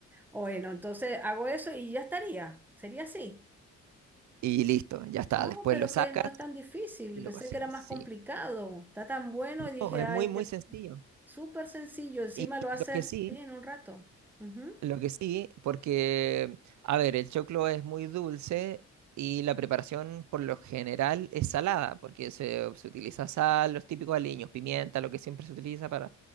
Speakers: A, in the centre; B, on the right.
A: Bueno, entonces hago eso y ya estaría. Sería así.
B: Y listo, ya está.
A: Oh,
B: Después
A: pero
B: lo sacas
A: que no es tan difícil.
B: y
A: Pensé
B: lo cocinas,
A: que era más
B: sí.
A: complicado. Está tan bueno y dije,
B: No, es
A: ay,
B: muy, muy
A: que
B: sencillo.
A: súper sencillo. Encima
B: Y
A: lo haces,
B: lo que sí...
A: sí, en un rato. Ujú.
B: Lo que sí, porque, a ver, el choclo es muy dulce y la preparación por lo general es salada, porque se, se utiliza sal, los típicos aliños, pimienta, lo que siempre se utiliza para,